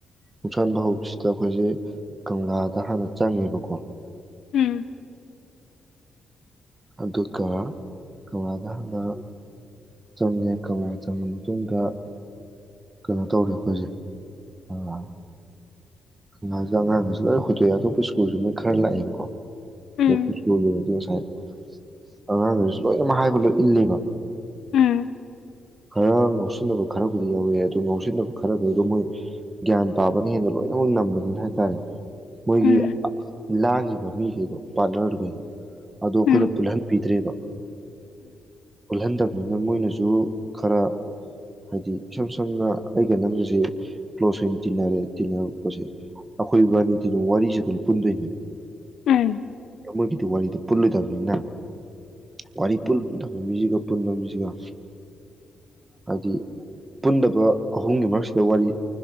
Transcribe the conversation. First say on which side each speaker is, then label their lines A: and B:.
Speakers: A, on the right; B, on the left.
A: ꯈꯣꯡꯁꯥꯟꯕ ꯍꯧꯕꯁꯤꯗ ꯑꯩꯈꯣꯏꯖꯤ ꯀꯪꯂꯥꯗ ꯍꯥꯟꯅ ꯆꯪꯉꯦꯕꯀꯣ
B: ꯎꯝ
A: ꯑꯗꯨꯒ ꯀꯪꯂꯥꯗ ꯍꯥꯟꯅ ꯆꯪꯉꯦ ꯀꯪꯂꯥ ꯆꯪꯉ ꯃꯇꯨꯡꯗ ꯀꯩꯅꯣ ꯇꯧꯔꯦ ꯑꯩꯈꯣꯏꯁꯦ ꯑꯥ ꯀꯪꯂꯥꯁꯤꯗ ꯑꯉꯥꯡꯒꯩꯁꯦ ꯂꯣꯏ ꯍꯣꯏꯗꯣꯛꯑꯦ ꯑꯇꯣꯞꯄ ꯁ꯭ꯀꯨꯜꯁꯨ ꯃꯣꯏ ꯈꯔ ꯂꯥꯛꯑꯦꯕꯀꯣ
B: ꯎꯝ
A: ꯑꯗꯣ ꯑꯈꯣꯢ ꯏꯁꯀ꯭ꯨꯜ ꯒꯤꯅꯗꯤ ꯉꯁꯥꯏ ꯑꯉꯥꯡꯒꯩꯁꯨ ꯂꯣꯏꯅꯃꯛ ꯍꯥꯏꯕ ꯂꯣꯏ ꯏꯜꯂꯦꯕ
B: ꯎꯝ
A: ꯈꯔ ꯉꯥꯎꯁꯤꯟꯅꯕ ꯈꯔꯕꯨꯗꯤ ꯌꯥꯎꯋꯦ ꯑꯗꯨ ꯉꯥꯎꯁꯤꯟꯅꯕ ꯈꯔꯈꯩꯗꯣ ꯃꯣꯏ ꯒ꯭ꯌꯥꯟ ꯇꯥꯕꯅ ꯍꯦꯟꯅ ꯂꯣꯏꯅꯃꯛ ꯅꯝꯕꯅꯤꯅ ꯍꯥꯏ ꯇꯔꯦ ꯃꯣꯏꯒꯤ
B: ꯎꯝ
A: ꯂꯥꯡꯉꯤꯕ ꯃꯤꯈꯩꯗꯣ ꯄꯥꯠꯅꯔꯈꯩꯗꯣ ꯑꯗꯣ ꯑꯩꯈꯣꯏꯅ
B: ꯎꯝ
A: ꯄꯨꯜꯍꯟꯕꯤꯗ꯭ꯔꯦꯕ ꯄꯨꯜꯍꯟꯗꯕꯅꯤꯅ ꯃꯣꯏꯅꯁꯨ ꯈꯔ ꯍꯥꯏꯗꯤ ꯏꯁꯝ ꯁꯝꯅ ꯑꯩꯒ ꯅꯪꯒꯁꯦ ꯀ꯭ꯂꯣꯖ ꯑꯣꯏꯅ ꯇꯤꯟꯅꯔꯦ ꯇꯤꯟꯅꯔꯛꯄꯁꯦ ꯑꯩꯈꯣꯏꯕꯥꯅꯤꯗꯤ ꯑꯗꯨꯝ ꯋꯥꯔꯤꯁꯦ ꯑꯗꯨꯝ ꯄꯨꯟꯗꯣꯏꯅꯤ
B: ꯎꯝ
A: ꯃꯣꯏꯒꯤꯗꯣ ꯋꯥꯔꯤꯗꯣ ꯄꯨꯜꯂꯣꯏꯗꯕꯅꯤꯅ ꯋꯥꯔꯤ ꯄꯨꯗꯕ ꯃꯤꯁꯤꯒ ꯄꯨꯟꯕ ꯃꯤꯁꯤꯒ ꯍꯥꯏꯗꯤ ꯄꯨꯟꯗꯕ ꯑꯍꯨꯝꯒꯤ ꯃꯔꯛꯁꯤꯗ ꯋꯥꯔꯤ